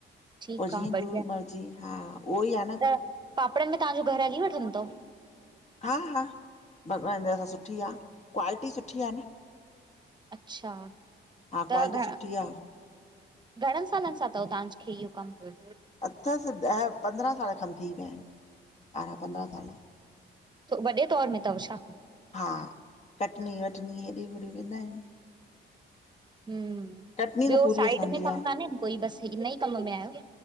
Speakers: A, on the right; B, on the left.
A: ठीक
B: पोइ जीअं
A: आ बढ़िया
B: गुरूअ जी मर्ज़ी, हा उहो ई आ न।
A: त पापड़नि में तव्हांॼो घरु हली वठंदो तवि?
B: हा- हा भॻवानु जी दया सां सुठी आ, क्वालिटी सुठी आ न।
A: अच्छा
B: हा
A: त
B: क्वालिटी
A: घणा
B: सुठी आहे
A: घणनि सालनि सां तवि तहांज्खे इहो कमु?
B: अथसि ॾह-पंद्रहां साल खनि थी विया आहिन, ॿारहां- पंद्रहां साल।
A: त वॾे तौर में तवि छा?
B: हा कटनी- वटनी हेॾे -होॾे वेंदा इनि।
A: हम्म
B: कटनी
A: ॿियो
B: त पूरी
A: साइड
B: असांजी
A: में कमु
B: आहे
A: कानेन कोई, बसि हिन ई कमु में आयो?